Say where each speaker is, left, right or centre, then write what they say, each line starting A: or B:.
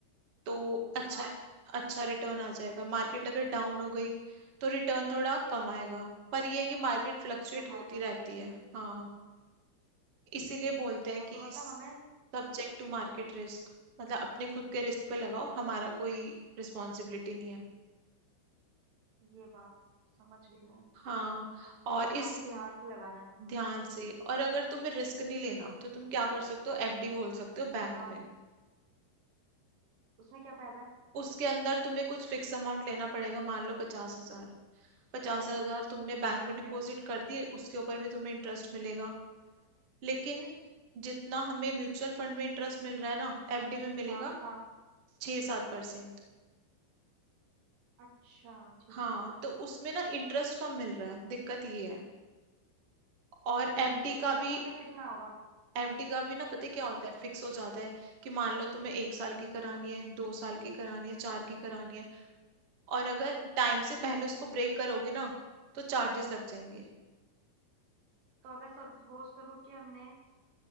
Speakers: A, on the right (about 55°); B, on the right (about 75°).
A: तो अच्छा
B: हाँ
A: अच्छा रिटर्न आ जाएगा मार्केट अगर डाउन हो गई तो रिटर्न थोड़ा कम आएगा पर ये है कि मार्केट फ्लक्चुएट
B: कम
A: होती
B: आएगा
A: रहती है हाँ इसीलिए बोलते
B: अच्छा
A: हैं कि
B: तो मतलब
A: सब्जेक्ट
B: हमें
A: टू मार्केट रिस्क मतलब अपने खुद के रिस्क पे लगाओ हमारा कोई रिस्पॉन्सिबिलिटी नहीं है
B: ये बात समझ गई मैं
A: हाँ और
B: मतलब काफी
A: इस
B: ध्यान से लगाना है इसे।
A: ध्यान से और अगर तुम्हें रिस्क नहीं लेना तो तुम क्या कर सकते हो एफडी खोल सकते हो बैंक
B: हाँ
A: में
B: उसमें क्या फायदा है
A: उसके अंदर तुम्हें कुछ फिक्स अमाउंट लेना पड़ेगा मान लो पचास हजार पचास हजार तुमने बैंक
B: ठीक
A: में डिपॉजिट
B: है
A: कर दिए उसके ऊपर भी तुम्हें इंटरेस्ट मिलेगा लेकिन जितना हमें म्यूचुअल फंड में इंटरेस्ट मिल रहा है ना एफडी में मिलेगा
B: हाँ हाँ
A: छह सात परसेंट
B: अच्छा ठीक
A: हाँ
B: है
A: तो उसमें ना इंटरेस्ट कम मिल रहा है दिक्कत ये है और एफडी का
B: इंटरेस्ट
A: भी
B: मतलब कितना होगा
A: एफडी का भी ना पता है क्या होता है फिक्स हो जाता है कि मान लो तुम्हें एक साल
B: अच्छा
A: की करानी है दो साल की करानी है चार की करानी है और अगर टाइम से पहले उसको ब्रेक करोगे ना तो चार्जेस लग जाएंगे
B: तो अगर सपोज करो कि हमने